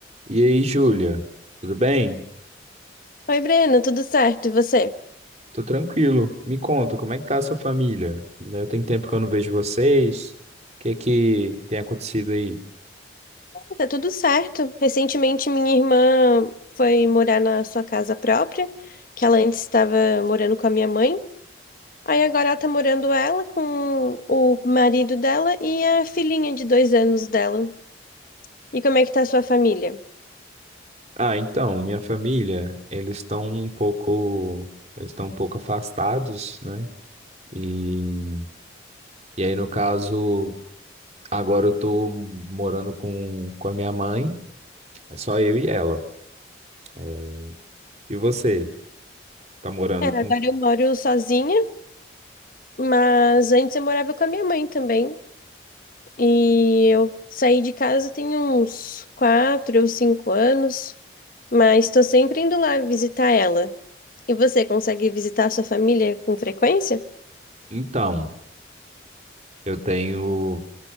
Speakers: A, on the right; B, on the left.
A: E aí, Júlia, tudo bem?
B: Oi, Breno, tudo certo? E você?
A: Tô tranquilo. Me conta, como é que tá a sua família? Né, Tem tempo que eu não vejo vocês. O que é que tem acontecido aí?
B: Ah, Tá tudo certo. Recentemente, minha irmã foi morar na sua casa própria, que ela antes estava morando com a minha mãe. Aí agora ela tá morando ela com o marido dela e a filhinha de dois anos dela. E como é que tá a sua família?
A: Ah, então, minha família, eles estão um pouco, eles estão um pouco afastados, né? E, e aí, no caso, agora eu tô morando com, com a minha mãe, é só eu e ela. É, E você, tá morando
B: É, agora
A: com...
B: eu moro sozinha, mas antes eu morava com a minha mãe também. E eu saí de casa tem uns quatro ou cinco anos, mas estou sempre indo lá visitar ela. E você consegue visitar sua família com frequência?
A: Então, eu tenho